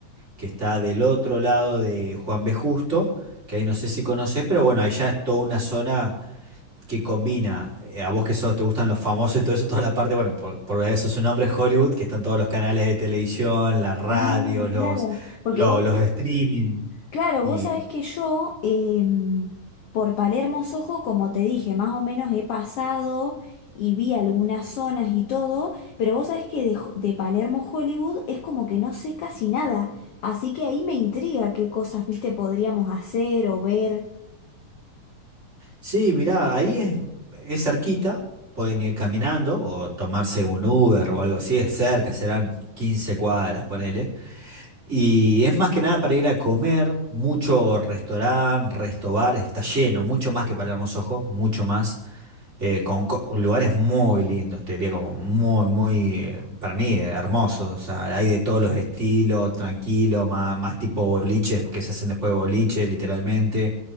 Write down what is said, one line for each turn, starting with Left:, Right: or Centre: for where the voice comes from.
Right: que está del otro lado de Juan B. Justo, que ahí no sé si conoces, pero bueno, ahí ya es toda una zona que combina, eh, a vos que sos, te gustan los famosos y todo eso, toda la parte, bueno, por, por eso su nombre es Hollywood, que están todos los canales de televisión, la radio,
Left: Ah,
Right: los,
Left: claro, porque
Right: lo-
Left: vos,
Right: los, streaming.
Left: claro,
Right: Y,
Left: vos sabés que yo em, por Palermo Sojo, como te dije, más o menos he pasado y vi algunas zonas y todo, pero vos sabés que de, Ho- de Palermo Hollywood es como que no sé casi nada, así que ahí me intriga qué cosas, viste, podríamos hacer o ver.
Right: Sí, mirá, ahí es, es cerquita, pueden ir caminando o tomarse un Uber o algo así, es cerca, serán 15 cuadras, ponele. Y es más que nada para ir a comer, mucho restaurante, restobar, está lleno, mucho más que Palermo Sojo, mucho más eh, con, co- lugares muy lindos, te diría como muy, muy, eh, para mí, eh, hermosos. O sea, hay de todos los estilos, tranquilo, más, más tipo boliches, que se hacen después de boliche, literalmente.